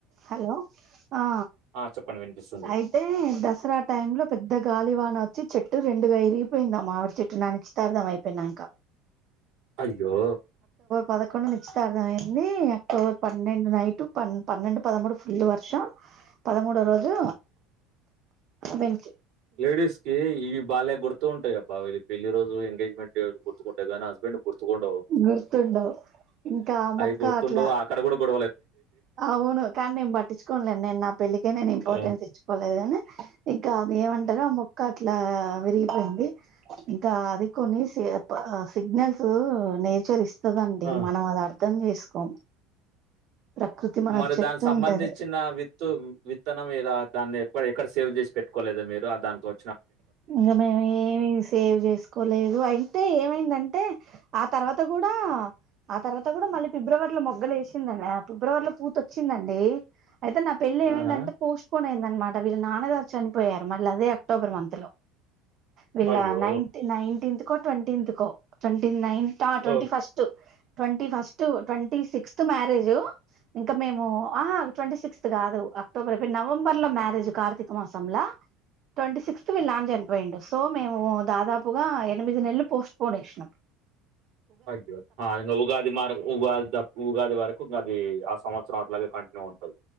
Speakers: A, on the right; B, on the right.
A: Hello ఆ?
B: ఆ చెప్పండి వినిపిస్తుంది
A: అయితే, దసరా టైమ్ లో పెద్ద గాలివా న వచ్చి చెట్టు రెండుగా ఇరిగిపోయిందా మా మావిడి చెట్టు నానిచ్చితార్థం అయిపోయినాంక
B: అయ్యో!
A: పదకొండు నిశ్చితార్థం అయింది. అక్టోబర్ పన్నెండు నైటు ప పన్నెండు పదమూడు ఫుల్ వర్షం పదమూడో రోజు వెంచి
B: లేడీస్ కి ఇవి బాలే గుర్తు ఉంటాయ్. అబ్బా ఇది పెళ్ళి రోజు ఎంగేజ్మెంట్ గుర్తుకుంటాయి, కానీ హస్బెండ్కి గుర్తుకుండవు.
A: గుర్తుండవు ఇంకా
B: అయి
A: మొక్క
B: గుర్తుండువు
A: అట్లా
B: ఆక్కడ కూడా గుర్
A: అవును. కానీ నేను పట్టించుకోనలేను నేను నా పెళ్ళికే నేను ఇంపార్టెన్స్
B: ఆ
A: ఇచ్చుకోలేదు కాని ఇంకా ఏమంటారు ఆ మొక్క అట్లా ఇట్లా విరిగిపోయింది, ఇంకా అది కొన్ని సి అప్ సిగ్నల్స్ నేచర్ ఇస్ ఇస్తదండి.
B: ఆ
A: మనం అది అర్థం చేసుకోం ప్రకృతి మనకు
B: మరి
A: చెప్తుంటది
B: దానికి సంబంధించిన విత్తు విత్తనం ఏదో దాన్ని డ ఎక్కడ సేవ్ చేస్ పెట్కోలేదా మీరు దాన్కొ
A: ఇంకా మేము ఏమీ సేవ్ చేసుకోలేదు, అంటే ఏమైందంటే? ఆ తర్వాత కూడా ఆ తర్వాత కూడా మళ్ళీ ఫిబ్రవరిలో మొగ్గలేసిందండి. ఆ ఫిబ్రవరిలో పూత వచ్చిందండి. అయితే నా పెళ్లి ఏమైందంటే
B: ఆహా
A: పోస్ట్పోన్ అయిందనమాట. వీళ్ళ నాన్నగారు చనిపోయారు మళ్ళీ అదే అక్టోబర్ మంత్ న్త్ లో వీళ్ళ
B: అయ్యో
A: నైన్ట్ నైన్టీత్ కో ట్వంటీన్త్ కో ట్వంటీ నైన్త్ ఆ twenty
B: ఓ
A: first twenty first twenty sixth marriage ఇంకా మేము ఆ ట్వంటీ సిక్స్ ట్వంటీ ఫిఫ్త్ కాదు అక్టోబర్ అయిపోయి నవంబర్ ల మ్యారేజ్ కార్తీక మాసం ల ట్వంటీ సిక్స్ వీళ్ళ నాన్న చనిపోయిండు సో మేము దాదాపుగా ఎనిమిది నెలలు పోస్ట్ పోన్ చేసినం
B: అయ్యో ఆ ఉగాది మార్ ఉగా ఉగాది వరకు ఉన్నది సంవత్సరం అట్లాగే కంటిన్యూ అవుతది